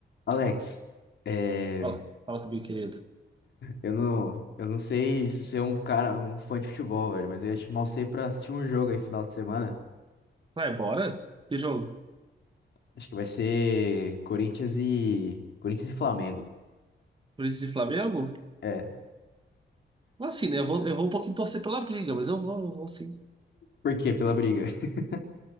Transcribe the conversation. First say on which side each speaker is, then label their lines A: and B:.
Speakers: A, on the left (about 70°); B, on the right (about 25°).
A: Alex, é,
B: Fala, fala comigo, querido.
A: eu não, eu não sei se você é um cara, um fã de futebol, velho, mas eu ia te chamar você pra assistir um jogo aí final de semana.
B: Vai, bora? Que jogo?
A: Acho que vai ser Corinthians e Corinthians e Flamengo.
B: Corinthians e Flamengo?
A: É,
B: Assim, né? Eu vou, eu vou um pouquinho torcer pela briga, mas eu vou, eu vou sim.
A: por quê? Pela briga. <laughs>